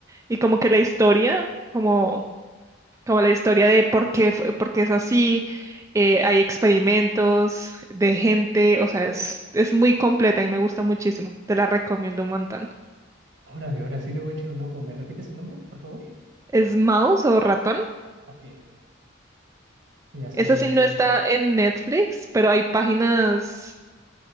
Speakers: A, on the right (about 15°); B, on the right (about 65°).
A: Y como que la historia, como como la historia de por qué, fue- por qué es así, eh, hay experimentos de gente, o sea, es, es muy completa y me gusta muchísimo, te la recomiendo un montón.
B: Órale, ahora sí le voy a echar un ojo. ¿Me repites el nombre, por favor?
A: ¿Es mouse o ratón?
B: Ok, ok. Y así
A: Esa sí no está en Netflix, pero hay páginas,